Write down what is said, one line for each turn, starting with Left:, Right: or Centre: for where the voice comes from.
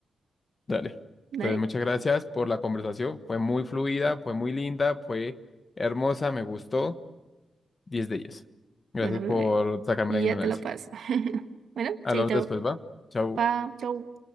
Left: Dale.
Right: ¿Dale?
Left: Entonces, muchas gracias por la conversación. Fue muy fluida, fue muy linda, fue hermosa, me gustó. diez de 10. Gracias
Right: Bueno, bebé,
Left: por sacarme
Right: ya
Left: la ignorancia.
Right: te lo paso. <laughs> Bueno,
Left: Hablamos
Right: chaito.
Left: después, ¿va? Chau.
Right: Pa, chau.